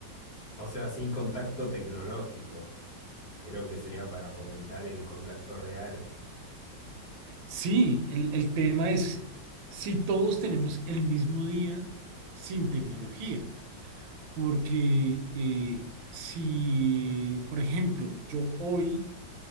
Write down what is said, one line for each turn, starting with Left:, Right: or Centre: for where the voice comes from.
Left: O sea, sin contacto tecnológico. Creo que sería para fomentar el contacto real.
Right: Sí, el, el tema es si todos tenemos el mismo día sin tecnología, porque eh, si, por ejemplo, yo hoy